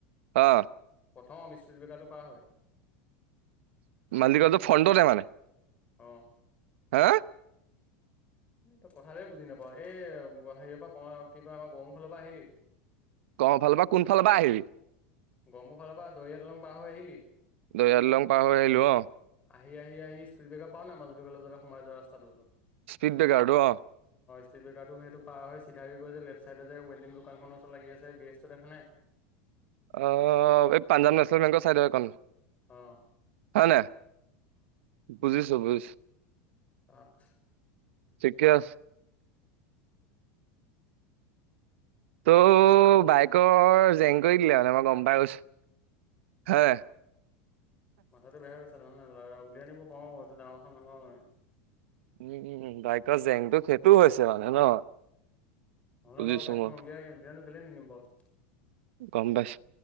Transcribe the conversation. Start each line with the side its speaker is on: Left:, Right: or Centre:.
Right: অ
Left: প্ৰথম ইস্পিত ব্ৰেকাৰটো পাৰ হৈ
Right: মাজুলী কলেজৰ ফাণ্ডটতে মানে
Left: অ
Right: হা
Left: এই তই কথাটোৱে বুজি নাপাও। এই হেয়ৰ পৰা ক কি কয় আমাৰ গৰমোৰফালৰ পৰা আহিলি
Right: গফালৰ পৰা কোনফালৰ বা আহিবি
Left: গৰমোক ফালৰ পৰা দৰিয়া দলং পাৰ হৈ আহিলি
Right: দয়াদলং পাৰ হৈ আহিলো অ
Left: আহি আহি সি আহি স্পিৰিট বেকাৰ পাও নাই মাজুলী কলেজলে সোমাই যোৱা ৰাস্ত টোৰ ওচৰত
Right: স্পীড ব্ৰেকাৰটো অ
Left: স্পিৰিট বেকাৰটো সেইটো পাৰ হৈ চিধা গৈ যে লেফট চাইডে যে ৱেল্ডি দোকান ওচৰত লাগি আছে গেৰেজটো দেখা নাই।
Right: আহ এই পাঞ্জাৱ নেশ্যনেল বেংকৰ চাইড একন
Left: অ
Right: হয় নাই বুজিছো বুজিছো
Left: আঠ <unintelligible>
Right: ঠিকে আছে। ত' বাইকৰ জেং কৰি দিলে মানে মই গম পাইগেছো। হে
Left: মাথাটো বেয়া গৈছে নহয় লাউৰা। উলিয়াই আনিব পাৰো এইটো ডাঙৰ কথা নহয়।
Right: উম বাইকৰ জেংটো সেইটো হৈছে মানে ন
Left: নহলে
Right: বুজিছো
Left: বাৰু বাইকখন
Right: মই
Left: উলিয়াই, উলিয়ানো কেলে নিনিম বাৰু।
Right: গম পাইছো